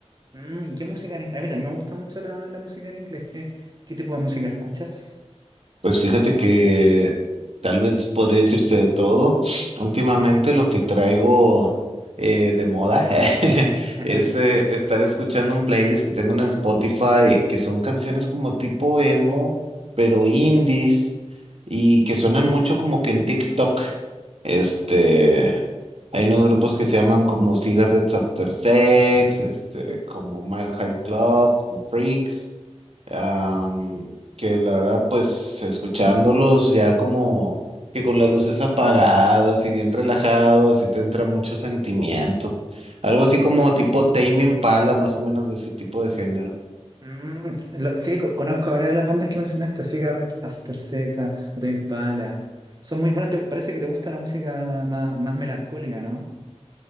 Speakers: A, on the right; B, on the right.
A: Mm, ¿y qué música en inglés? A mí también me gusta mucho la, la música en inglés. ¿Qué, qué tipo de música escuchas?
B: Pues fíjate que tal vez podría decirse de todo. <sniffs> Últimamente lo que traigo eh, de moda <laughs>
A: <laughs>
B: es eh, estar escuchando un playlist que tengo en Spotify, que son canciones como tipo emo, pero indies, y que suenan mucho como que en TikTok. Este, hay unos grupos que se llaman como Cigarettes After Sex, este, como Mile High Club, como Freaks am, que la verdad, pues escuchándolos ya como que con las luces apagadas y bien relajados, y te entra mucho sentimiento. Algo así como tipo Tame Impala, más o menos de ese tipo de género.
A: Mm, lo- sí, co- conozco varias de las bandas que mencionaste, Cigarette, After Sex, a- Tame Impala. Son muy buenas, te- parece que te gusta la música da- más, más melancólica, ¿no?